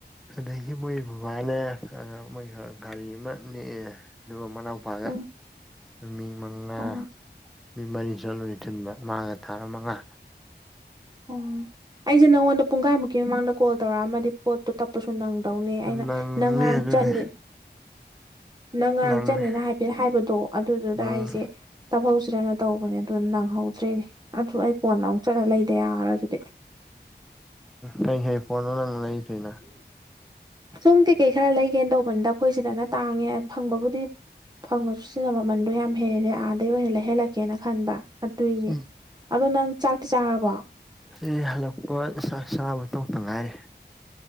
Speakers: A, in the centre; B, on the right (about 25°).
A: ꯑꯩꯗꯤ ꯃꯣꯏ ꯕꯕꯥꯅꯦ ꯑ ꯃꯣꯏ ꯒꯥꯔꯤ ꯑꯃ ꯅꯦꯛꯑꯦ ꯑꯗꯨꯒ ꯑꯃꯅꯐꯚꯥꯔꯠ
B: ꯎꯝ
A: ꯃꯤ ꯃꯉꯥ
B: ꯑꯣ
A: ꯃꯤ ꯃꯔꯤꯁꯨ ꯂꯣꯏꯁꯤꯟꯕ ꯃꯥꯥꯡꯒ ꯊꯥ ꯃꯉꯥ
B: ꯑꯣ ꯑꯩꯁꯦ ꯅꯉꯣꯟꯗ ꯄꯨꯡꯈꯥꯏꯃꯨꯛꯀꯤ ꯃꯃꯥꯡꯗ ꯀꯣꯜ ꯇꯧꯔꯛꯑꯝꯃꯗꯤ ꯄꯣꯠꯇꯣ ꯇꯞꯄꯁꯨ ꯅꯪꯦ ꯇꯧꯅꯤ ꯑꯩꯅ
A: ꯅꯪꯅꯦ
B: ꯅꯪ ꯉꯔꯥꯡ
A: ꯑꯗꯨꯗꯤ
B: ꯆꯠꯅꯤ ꯅꯪ ꯉꯔꯥꯡ
A: ꯅꯪꯅꯦ
B: ꯆꯠꯅꯤꯅ ꯍꯥꯏꯐꯦꯠ ꯍꯥꯏꯕꯗꯣ ꯑꯗꯨꯗꯨꯗ
A: ꯎꯝ
B: ꯑꯩꯁꯦ ꯇ ꯁꯤꯗꯅ ꯇꯧꯕꯅꯦ ꯑꯗꯨ ꯅꯪꯍꯧꯗ꯭ꯔꯦꯅꯦ ꯑꯗꯨ ꯑꯩ ꯀꯣꯟꯅ ꯑꯃꯨꯛ ꯆꯠꯂ ꯂꯩꯗ ꯌꯥꯔꯣꯏ ꯑꯗꯨꯗꯤ
A: ꯀꯩ ꯍꯩ ꯐꯣꯟꯣ ꯅꯪ ꯂꯩꯗꯣꯏꯅ
B: ꯁꯨꯝ ꯀꯩꯀꯩ ꯈꯔ ꯂꯩꯒꯦꯅ ꯇꯧꯕꯅꯤꯗ ꯑꯩꯈꯣꯏ ꯁꯤꯗꯅ ꯇꯥꯡꯉꯦ ꯐꯪꯕꯕꯨꯗꯤ ꯐꯪꯉꯁꯨ ꯁꯤꯅ ꯃꯃꯟꯗꯣ ꯌꯥꯝ ꯍꯦꯜꯂꯦ ꯑꯥꯗꯩ ꯑꯣꯏꯅ ꯂꯩ ꯍꯜꯂꯛꯀꯦꯅ ꯈꯟꯕ ꯑꯗꯨꯏꯅꯦ
A: ꯎꯝ
B: ꯑꯗꯣ ꯅꯪ ꯆꯥꯛꯇꯤ ꯆꯥꯔꯕꯣ
A: ꯁꯤ ꯍꯜꯂꯛꯄ ꯆꯥꯛ ꯆꯥꯕꯨ ꯇꯣꯛꯇ ꯉꯥꯏꯔꯦ